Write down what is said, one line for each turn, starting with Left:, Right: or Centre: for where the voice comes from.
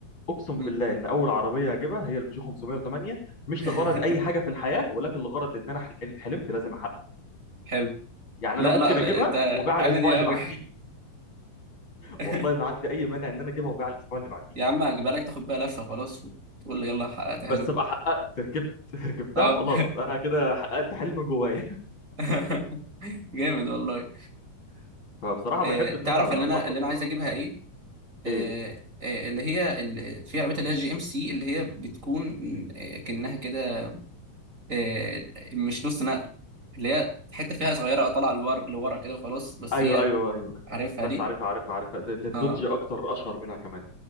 Left: اقسم
Right: مم.
Left: بالله ان اول عربيه هجيبها هي البيجو 508 مش
Right: <laughs>
Left: لغرض اي حاجه في الحياه ولكن لغرض ان انا حل- حلمت لازم احقق
Right: حلو
Left: يعني
Right: لا
Left: انا ممكن
Right: لا
Left: اجيبها
Right: انت
Left: وابيعها
Right: عامل
Left: الاسبوع
Right: ايه
Left: اللي
Right: قوي
Left: بعديه
Right: <laughs>
Left: والله ما عندي اي مانع ان انا اجيبها وابيعها الاسبوع اللي بعديه
Right: يا عم هجيبها لك تاخد بيها لفة خلاص وتقول لي يلا حققت
Left: بس
Right: حلمي
Left: ابقى حققت ركبت <laughs> ركبتها
Right: اه
Left: خلاص انا كده حققت حلم جوايا
Right: <laughs> جامد والله
Left: <laughs> فبصراحه
Right: إيه
Left: بحب ان
Right: تعرف
Left: انا
Right: اللي
Left: اخطط
Right: انا اللي انا عايز
Left: و...
Right: اجيبها ايه إيه
Left: ايه
Right: إيه اللي هي اللي في عربية اللي هي جي ام سي اللي هي بتكون إيه كأنها كده إيه مش نص نقل اللي هي حتة فيها صغيرة آه، طالعة لور- لورا كده وخلاص بس
Left: ايوه
Right: هي
Left: ايوه ايوه
Right: عارفها
Left: بس
Right: دي
Left: عارفها عارفها عارفها ده ده الدوج
Right: اه
Left: اكتر اشهر منها كمان